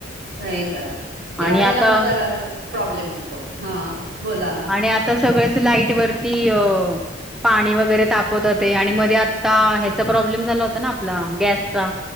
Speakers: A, on the right; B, in the centre.
A: हे करा त्या
B: आणि
A: वेळेला
B: आता
A: मग जरा प्रॉब्लेम होतो हा बोला.
B: आणि आता सगळे. लाईट वरती अ. पाणी वगैरे तापवत होते आणि मध्ये आत्ता ह्याचा प्रॉब्लेम झाला होता ना आपला गॅसचा.